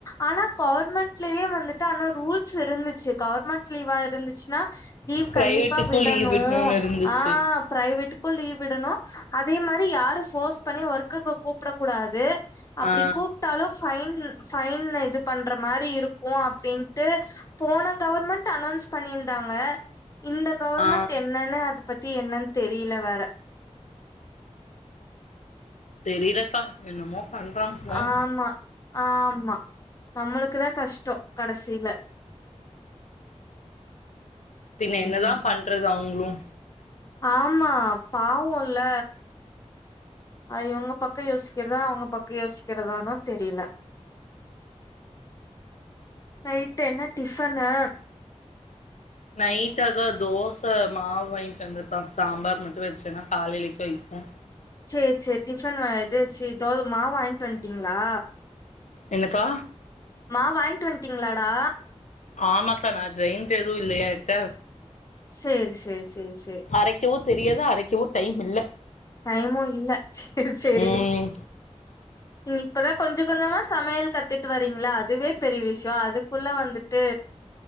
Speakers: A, on the left; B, on the left.
A: ஆனா கவர்மெண்ட்லேயே வந்துட்டு ஆனா ரூல்ஸ் இருந்துச்சு கவர்மெண்ட் லீவா இருந்துச்சுன்னா லீவ்
B: பிரைவேட்டுக்கு
A: கண்டிப்பா விடணும்
B: லீவ் விடணுன்னு இருந்துச்சு
A: ஆஹ் பிரைவேட் ஸ்கூல் லீவ் விடணும் அதே மாதிரி யாரும் போர்ஸ் பண்ணி ஒர்க்குக்கு கூப் கூப்டக் கூடாது அப்புடி
B: ஆ
A: கூப்ட்டாலும் பைன் பைன் ல இது பண்ற மாதிரி இருக்கும் அப்படின்ட்டு போன கவர்மெண்ட் அனௌன்ஸ் பண்ணியிருந்தாங்க இந்த கவர்மெண்ட்
B: ஆ
A: என்னன்ன அத பத்தி என்னன்னு தெரியல வேற
B: தெரியலப்பா என்னமோ பன்றாங்க ம்ம்
A: ஆமா, ஆமா நம்மளுக்குதா கஷ்டம் கடைசியில
B: பின் என்னதா
A: ம்
B: பண்றது அவுங்க ஆமா
A: ஆமா பாவம்ல்ல இவங்க பக்கம் யோசிக்கிறதா அவங்க பக்கம் யோசிக்கிறதானு தெரியல நைட்டு என்ன டிபன்னு
B: நைட் அதான் தோசை மாவு வாங்கிட்டு வந்துதா சாம்பார் மட்டும் வச்சேனா காலையிலக்கும் இரு
A: செரி செரி டிஃபன் இது ச்சு தோமாவு வாங்கிட் வந்துட்டீங்களா
B: என்னப்பா
A: மாவு வாங்கிட்டு வந்துட்டீங்களாடா
B: ஆமாக்கா நா ஜெயித் எதுவும் இல்லையாட்ட
A: சேரி சேரி சேரி சேரி
B: அரைக்கவும் தெரியது அரைக்கவு டைம் இல்ல
A: டைமு இல்ல சேரி சேரி
B: ம்
A: இப்பதா கொஞ்ச கொஞ்சமா சமையல் கத்துட்டு வரிங்களா அதுவே பெரிய விஷயம் அதுக்குள்ள வந்துட்டு